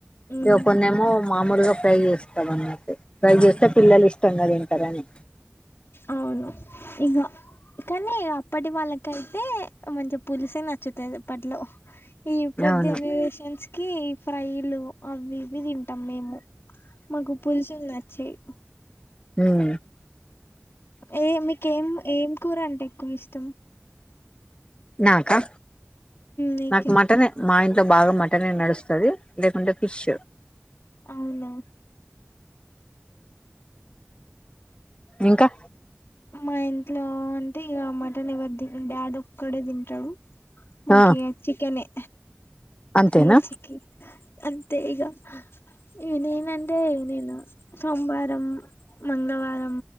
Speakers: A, on the left (about 70°); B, on the left (about 25°).
A: మ్మ్.
B: ఇగ కొన్నేమో మాములుగా ప్రై చేస్తాం అన్న ప్రై చేస్తే పిల్లలు ఇష్టంగా తింటరని
A: అవును ఇగ కనీ ప్పటి వాళ్ళకైతే మంచిగా పులిసే నచ్చుతది అప్పట్లో ఈగిప్పటి
B: అవును
A: జనరేషన్స్ కి ఫ్రైలు అవ్వి ఇవ్వి తింటాం మేము మాకు పులుసుల్ నచ్చయ్
B: ఉం
A: ఏ మీకేం ఏం కూర అంటే ఎక్కువ ఇష్టం
B: నాకా
A: నీకే
B: నాకు మటన్ మాయ ఇంట్లో బాగా మటనె నడుస్తది లేకుంటే ఫిష్
A: అవునా
B: ఇంకా
A: మా ఇంట్లో అంటే ఇగ మటన్ ఎవరు ది డాడీ ఒక్కడే దింటడు మకిీగా
B: ఆ
A: చికెనె
B: అంతేనా
A: హె చికిీ అంతే ఈగ ఈ నేన అంటే నేను సొంవారం మంగళవారం